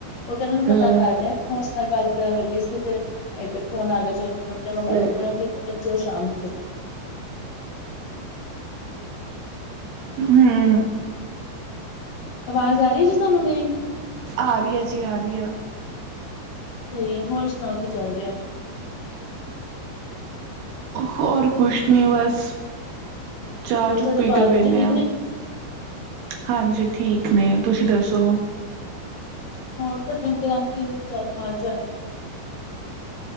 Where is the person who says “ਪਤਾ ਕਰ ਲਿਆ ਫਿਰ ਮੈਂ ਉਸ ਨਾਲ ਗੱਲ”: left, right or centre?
Left